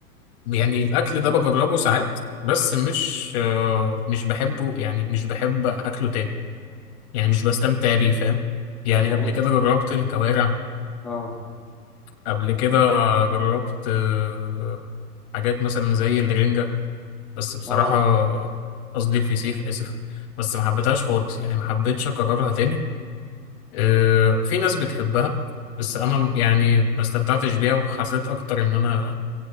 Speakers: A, on the left (about 45°); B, in the centre.
A: يعني الاكل ده بجربه ساعات بس مش آه، مش بحبه يعني مش بحب اكله تاني يعني مش بستمتع بيه فاهم يعني
B: يعني
A: قبل كده جربت الكوارع
B: اه
A: قبل كده جربت آه، حاجات مثلا زي الرنجة بس بصراحة
B: اه
A: قصدي الفسيخ اسف بس ما حبيتهاش خالص يعني ما حبيتش اكررها تاني آه، في ناس بتحبها بس انا يعني ما استمتعتش بيها وحسيت اكتر ان انا